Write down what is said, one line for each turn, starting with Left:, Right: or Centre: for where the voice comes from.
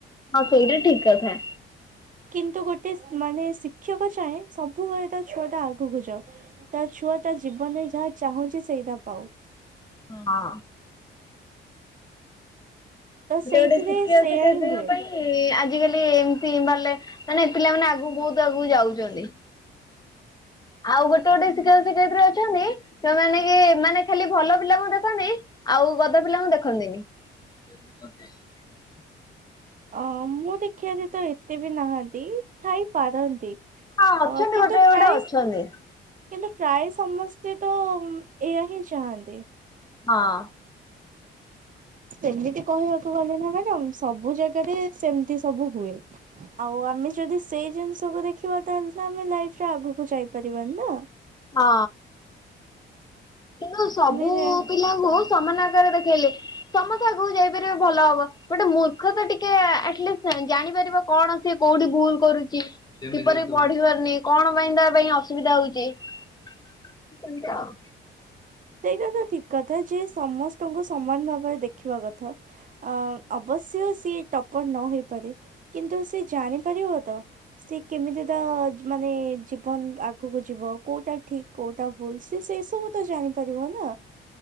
Left: ହଁ ସେଇଟା ଠିକ କଥା।
Right: କିନ୍ତୁ ଗୋଟେ ମାନେ ଶିକ୍ଷକ ଚାହେଁ ସବୁବେଳେ ତା ଛୁଆ ଟା ଆଗକୁ ଯାଉ। ତା ଛୁଆ ତା ଜୀବନ ରେ ଯାହା ଚାହୁଁଛି ସେଇଟା ପାଉ।
Left: ହଁ।
Right: ତ ସେଇଥିରେ
Left: ଗୋଟେ ଗୋଟେ ଶିକ୍ଷକ
Right: ସେଇୟା
Left: ଶିକ୍ଷୟତ୍ରିଙ୍କ
Right: ହିଁ ହୁଏ।
Left: ପାଇଁ ଆଜିକାଲି ଏମିତି ନଲେ ମାନେ ପିଲାମାନେ ଆଗକୁ ବହୁତ ଆଗକୁ ଯାଉଛନ୍ତି। <inaudible> ଆଉ ଗୋଟେ ଗୋଟେ ଶିକ୍ଷକ ଶିକ୍ଷୟତ୍ରୀ ଅଛନ୍ତି ଯୋଉମାନେ କି ମାନେ ଖାଲି ଭଲ ପିଲାଙ୍କୁ ଦେଖନ୍ତିି। ଆଉ ଗଧ ପିଲାଙ୍କୁ ଦେଖନ୍ତିନି। <unintelligible>
Right: ଅ ମୁଁ ଦେଖିବା ରେ ତ ଏତେ ବି ନାହାନ୍ତି ଥାଇ ପାରନ୍ତି। ଅ
Left: ହଁ ଅଛନ୍ତି
Right: କିନ୍ତୁ
Left: ଗୋଟେ ଗୋଟେ
Right: ପ୍ରାଇସ
Left: ଅଛନ୍ତି।
Right: କିନ୍ତୁ ପ୍ରାୟ ସମସ୍ତେ ତ ଏଇଆହିଁ ଚାହାନ୍ତି।
Left: ହଁ।
Right: ସେମିତି କହିବାକୁ ଗଲେ ନା ମ୍ୟାଡ଼ାମ୍ ସବୁ ଜାଗାରେ ସେମିତି ସବୁ ହୁଏ। ଆଉ ଆମେ ଯଦି ସେଇ ଜିନିଷକୁ ଦେଖିବା ତାହେଲେ ତ ଆମେ ଲାଇଫରେ ଆଗକୁ ଯାଇପାରିବାନି ନା।
Left: ହଁ। କିନ୍ତୁ ସବୁ
Right: ଆମେ
Left: ପିଲାଙ୍କୁ ସମାନ ଆକାରରେ ଦେଖେଇଲେ ସମସ୍ତେ ଆଗକୁ ଯାଇପାରିବେ ଭଲ ହବ ଗୋଟେ ମୂର୍ଖ ତ ଟିକେ ଆଟଲିଷ୍ଟ ଜାଣିପାରିବ କଣ? ସେଏ କୋଉଠି ଭୁଲ କରୁଛି। କିପରି ପଢ଼ି ପାରୁନି କଣ ପାଇଁ ତା ପାଇଁ ଅସୁବିଧା ହଉଛି ସେମତି ଆଉ।
Right: ସେଇଟା ତ ଠିକ କଥା ଯେ ସମସ୍ତଙ୍କୁ ସମାନ ଭାବରେ ଦେଖିବା କଥା ଅ ଅବଶ ଶ୍ୟ ସିଏ ଟପର ନ ହେଇପାରେ କିନ୍ତୁ ସିଏ ଜାଣିପାରିବ ତ ସେ କେମିତି ତା ମାନେ ଜୀବନ ଆଗକୁ ଯିବ କଉଟା ଠିକ୍ କଉଟା ଭୁଲ୍ ସିଏ ସେ ସବୁ ତ ଜାଣି ପାରିବନା